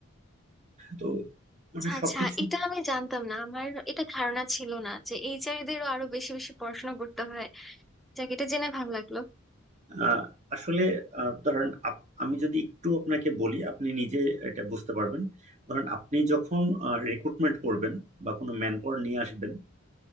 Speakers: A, on the right; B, in the centre.
A: তো মানে
B: আচ্ছা আচ্ছা
A: সবকিছু
B: এটা আমি জানতাম না আমার এটা ধারণা ছিল না যে এইচআর দেরও আরো বেশি বেশি পড়াশোনা করতে হয় যাক এটা জেনে ভালো লাগলো
A: আহ, আসলে আহ, ধরেন আপ- আমি যদি একটু আপনাকে বলি আপনি নিজে এটা বুঝতে পারবেন ধরেন আপনি যখন রিক্রুটমেন্ট করবেন বা কোনো ম্যান পাওয়ার নিয়ে আসবেন